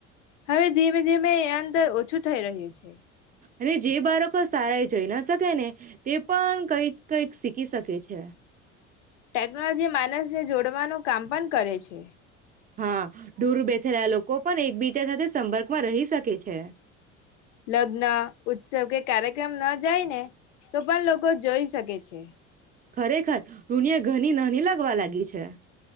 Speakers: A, on the left; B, on the right.
A: હવે ધીમે ધીમે એ અંદર ઓછું થઈ રહ્યું છે.
B: અને જે બાળકો સારા એ જઈ ના શકે ને તે પણ કઈક કઈક શી ક શકે છે.
A: ટેકનોલોજી માનસને જોડવાનું કામ પણ કરે છે.
B: હા ડૂર બેઠ રહ લોકો કો પણ એકબીજા સાથે સંપર્કમાં રહી શકે છે.
A: લગ્ન ઉત્સવ કે કાર્યક્રમ ના જાય ને તો પણ લોકો જોઈ શકે છે.
B: ખરેખર દુનીયા ઘની નાની લાગ લાગી છે.